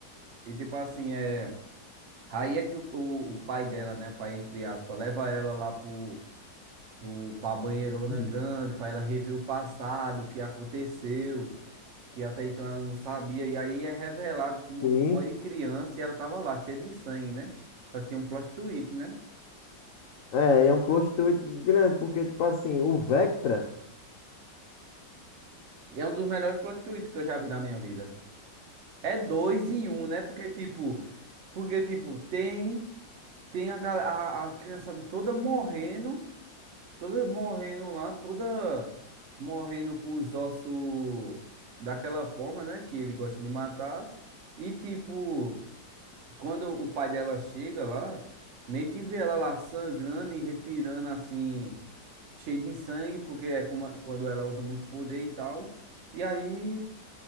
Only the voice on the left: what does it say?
<laughs>
Sim.
É, é um plot twist grande, porque, tipo assim, o Vectra.